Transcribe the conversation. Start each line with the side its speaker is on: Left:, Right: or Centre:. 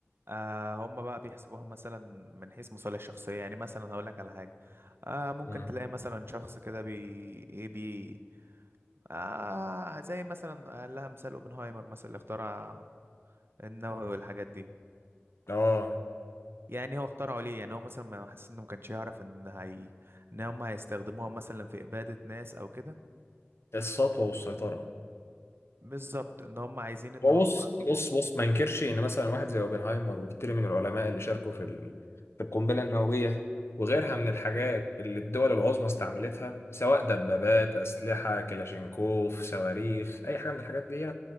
Right: آه هم بقى بيحسبوها مثلا من حيث مصالح شخصية يعني مثلا هقول لك على حاجة آه ممكن
Left: مم.
Right: تلاقي مثلا شخص كده بي ايه بي آه زي مثلا قال لها مثال اوبنهايمر مثلا اللي اخترع النووي والحاجات دي
Left: اه
Right: يعني هو اخترعه ليه يعني هو مثلا ما حاسس انه ما كانش يعرف ان هي ان هم هيستخدموها مثلا في إبادة ناس او كده
Left: السطوة والسيطرة
Right: بالظبط ان هم عايزين ان
Left: هو
Right: هم
Left: بص بص بص ما انكرش ان مثلا واحد زي اوبنهايمر وكتير من العلماء اللي شاركوا في ال- في القنبله النوويه وغيرها من الحاجات اللي الدول العظمى استعملتها سواء دبابات اسلحه كلاشينكوف صواريخ اي حاجه من الحاجات دي